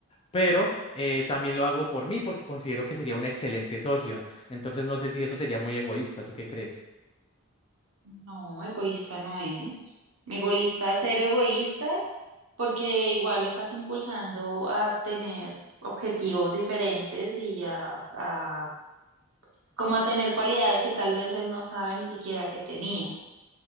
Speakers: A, on the left; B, on the right.
A: pero eh, también lo hago por mí porque considero que sería un excelente socio. Entonces, no sé si eso sería muy egoísta, ¿tú qué crees?
B: No, egoísta no es. Egoísta, cero egoísta. porque igual lo estás impulsando a tener objetivos diferentes y a, a- como a tener cualidades que tal vez él no sabe ni siquiera que tenía.